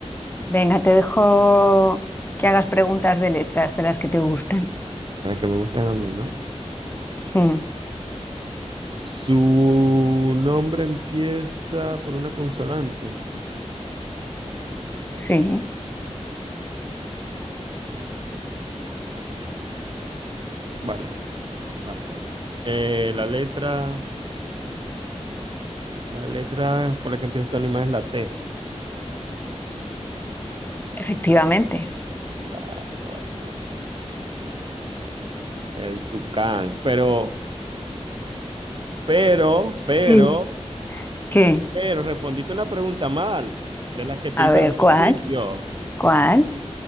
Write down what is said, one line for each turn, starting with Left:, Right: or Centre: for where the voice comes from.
Left: Venga, te dejo que hagas preguntas de letras de las que te gustan.
Right: La que me gustan a mí, ¿no?
Left: Mm,
Right: Su nombre empieza por una consonante.
Left: Sí,
Right: Vale, vale, vale. Eh, la letra, la letra por la que empieza este animal es la T.
Left: efectivamente.
Right: Vale, vale, vale, vale. Sí. El tucán. Pero, pero,
Left: Sí.
Right: pero,
Left: ¿Qué?
Right: pero respondiste una pregunta mal de las que te
Left: A
Right: hice
Left: ver,
Right: al principio.
Left: ¿cuál? ¿Cuál?